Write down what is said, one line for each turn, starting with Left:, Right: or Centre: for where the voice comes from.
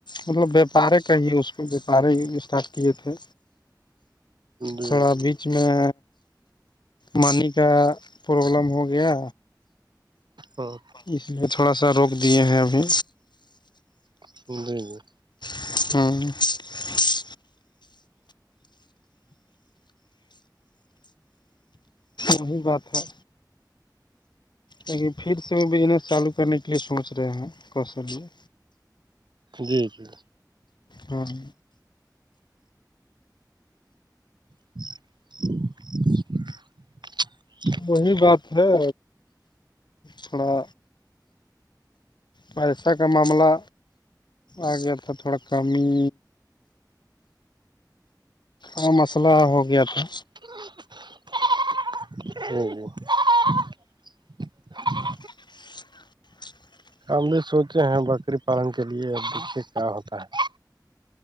Left: مطلب ویپارے کایے اس کو وپار ہی اسٹارٹ کیے تھے
Right: جی
Left: تھوڑا بیچ اس میں مانی کا پرابلم ہو گیا
Right: ہاں
Left: اس نے تھوڑا سا روک دیے ہیں ابھی
Right: ج ج
Left: ہوں وہی بات ہے لن پھر سے وہ بجنس چالو کرنے کے لیے سوچ رہے ہیں ک س لیے
Right: جی جی
Left: ہاں
Right: <inaudible>
Left: وہی بات ہے تھوڑا پیسہ کا معاملہ آ گیا تھا تھوڑا کمی اور مسلہ ہو گیا تھا
Right: ا
Left: <inaudible>
Right: ہم بھی سوچے ہیں بکری پالن کے لیے اب دے کیا ہوتا ہے